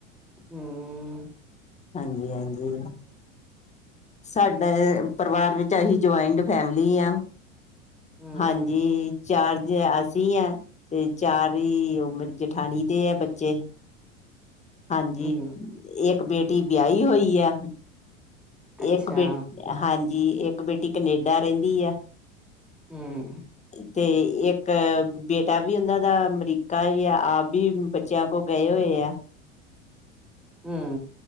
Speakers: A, in the centre; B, on the left.
A: ਹੁੰ।
B: ਹਾਂਜੀ-ਹਾਂਜੀ। ਸਾਡੇ ਪਰਿਵਾਰ ਵਿੱਚ ਅਸੀਂ ਜੁਆਇੰਟ ਫੈਮਿਲੀ ਆ।
A: ਹੂੰ
B: ਹਾਂਜੀ। ਚਾਰ ਜੇ ਅਸੀਂ ਆਂ, ਤੇ ਚਾਰ ਹੀ ਓ ਮੇਰੀ ਜਠਾਣੀ ਦੇ ਐ ਬੱਚੇ। ਹਾਂਜੀ,
A: ਹੂੰ
B: ਇੱਕ ਬੇਟੀ ਬੀਆਈ ਹੋਈ ਆ।
A: ਅੱਛਾ
B: ਏਕ ਬੇ ਹਾਂਜੀ, ਏਕ ਬੇਟੀ ਕਨੇਡਾ ਰੈਂਦੀ ਐ।
A: ਹੂੰ
B: ਤੇ ਇੱਕ ਬੇਟਾ ਵੀ ਓਨਾਂ ਦਾ ਅਮਰੀਕਾ ਵੀ ਆ, ਆਪ ਵੀ ਬੱਚੇਆਂ ਕੋ ਗਏ ਹੋਏ ਆ।
A: ਹੁੰ।